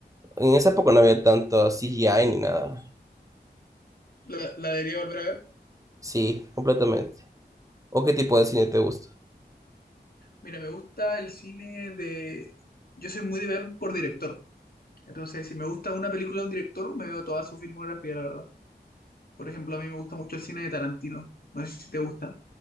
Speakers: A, on the right; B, on the left.
A: en esa época no había tanto CGI ni nada.
B: la, la debería volver a ver.
A: Sí, completamente. ¿O qué tipo de cine te gusta?
B: Mira, me gusta el cine de... Yo soy muy de ver por director. Entonces, si me gusta una película de un director, me veo toda su filmografía, la verdad. Por ejemplo, a mí me gusta mucho el cine de Tarantino. No sé si te gusta